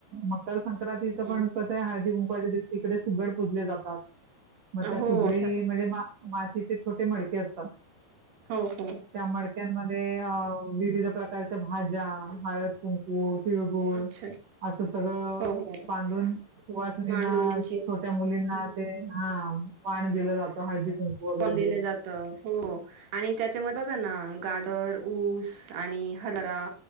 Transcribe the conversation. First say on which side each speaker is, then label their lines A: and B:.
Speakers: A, on the right (about 55°); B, on the right (about 85°).
A: मकरसंक्रांतीच
B: हम्म
A: पण हळदी कुंकच्या दिवशी, इकडे सुगड पूजले जातात. मग त्या
B: हो
A: सुगडी
B: अच्छा
A: म्हणजे, मातीचे छोटे मडके असतात.
B: हो हो.
A: त्या मडक्यांमध्ये अ विविध प्रकारच्या भाज्या, हळद कुंकू, तिळगूळ
B: अच्छा
A: असं सगळं
B: हो हो
A: बांधून वा
B: मांडून त्यांची
A: छोट्या मुलींना, ते, हा, वाण दिलं जात हळदी कुंकू वगैरे
B: पण दिलं
A: देऊन.
B: जात, हो आणि त्याच्यामध्ये बघा ना, गाजर का ऊस, आणि हरभरा